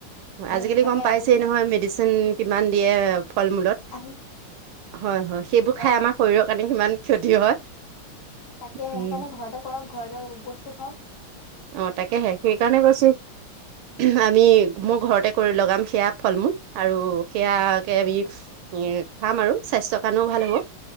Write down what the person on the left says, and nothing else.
উম
তাকে
এইবোৰ
শুনি
আছো।
আহি
অ
তাকে সেইকাৰণে
ঘৰতে কৰক ঘৰতে বস্তু খাওঁক।